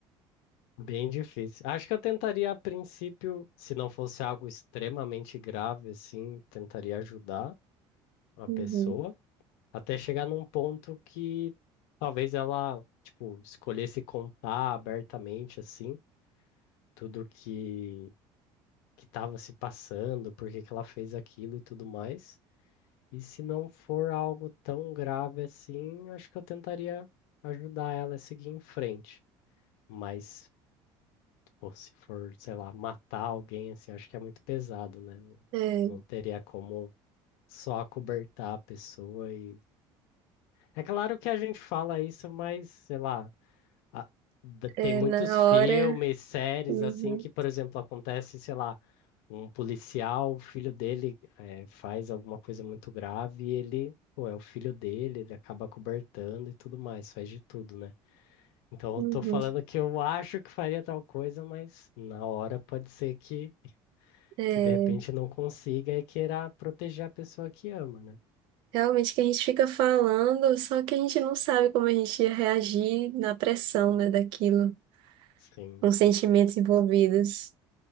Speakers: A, on the left (about 85°); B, on the right (about 50°).
A: Bem difícil. Acho que eu tentaria, a princípio, se não fosse algo extremamente grave, assim, tentaria ajudar a
B: Uhum.
A: pessoa até chegar num ponto que talvez ela, tipo, escolhesse contar abertamente, assim, tudo que que estava se passando, por que que ela fez aquilo e tudo mais. E se não for algo tão grave assim, acho que eu tentaria ajudar ela a seguir em frente. Mas Pô, se for, sei lá, matar alguém, assim, acho que é muito pesado, né? Não,
B: É,
A: não teria como só acobertar a pessoa e... É claro que a gente fala isso, mas, sei lá, a- da-
B: é,
A: tem muitos
B: na
A: filmes,
B: hora.
A: séries,
B: Uhum,
A: assim, que, por exemplo, acontece, sei lá, um policial, o filho dele eh, faz alguma coisa muito grave e ele, pô, é o filho dele, ele acaba acobertando e tudo mais, faz de tudo, né? Então,
B: uhum.
A: eu tô falando que eu acho que faria tal coisa, mas na hora pode ser que
B: É,
A: que de repente não consiga e queira proteger a pessoa que ama, né?
B: realmente que a gente fica falando, só que a gente não sabe como a gente ia reagir na pressão, né, daquilo.
A: Sim,
B: com sentimentos envolvidos.